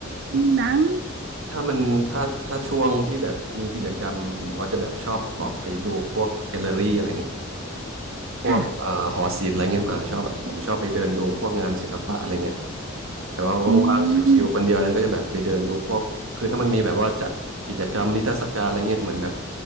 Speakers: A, on the right; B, on the right.
A: ดูหนัง
B: ถ้ามันถ้าถ้าช่วงที่แบบมีกิจกรรมผมก็จะแบบชอบออกไปดูพวกแกลเลอรี่อะไรเงี้ยพวกเอ่อหอศิลป์อะไรเงี้ยอ่าชอบแบบผมชอบไปเดินดูพวกงานศิลปะอะไรเงี้ย
A: ค่ะ
B: แบบว่าว่างๆชิวๆ
A: อืม
B: คนเดียวนะก็จะแบบไปเดินดูพวกคือถ้ามันมีแบบว่าจัดกิจกรรมนิทรรศการอะไรเงี้ยเหมือนแบบ